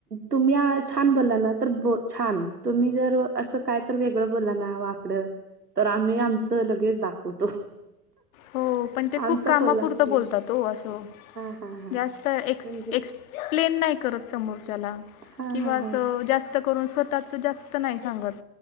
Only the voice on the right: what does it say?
तुम्ही छान बोला ना तर छान तुम्ही जर असं काय तर वेगळं बोला ना वाकड तर आम्ही आमच लगेच दाखवतो.
आमचा
कोल्हापुरी
हा हा हा
म्हणजे
हा
हा
हा